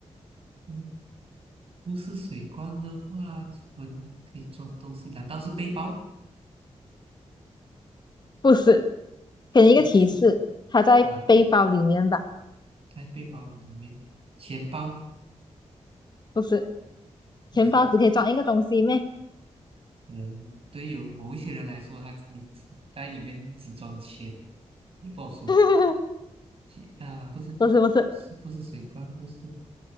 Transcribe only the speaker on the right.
嗯，不是水罐的话，我们可以装东西，难道是背包？
不是
啊，在背包里面，钱包
不是，
可能对有某一些人来说，他只你在里面只装钱，也不好说。
铁啊，不是，
是不是水罐？就是